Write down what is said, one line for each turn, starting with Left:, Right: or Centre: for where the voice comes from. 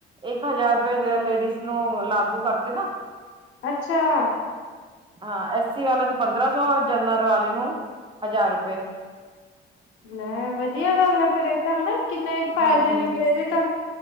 Right: ਇੱਕ ਹਜ਼ਾਰ ਰੁਪਏ ਲੇਡੀਜ਼ ਨੂੰ ਲਾਗੂ ਕਰਤੇ ਨਾ-
Left: ਅੱਛਾ-
Right: ਹਾਂ ਐਸੀ ਵਾਲੇ ਨੂੰ ਪੰਦਰਾਂ ਸੌ ਜਨਰ ਵਾਲੇ ਨੂੰ ਹਜ਼ਾਰ ਰੁਪਏ
Left: ਲੈ ਵਧੀਆ ਗੱਲ ਆ ਫੇਿਰ ਇਹ ਤਾਂ ਹਨਾ ਕਿੰਨੇ ਫਾਇਦੇ
Right: ਹਾਂਜੀ।
Left: ਨੇ ਫੇਿਰ ਇਹਦੇ ਤਾਂ-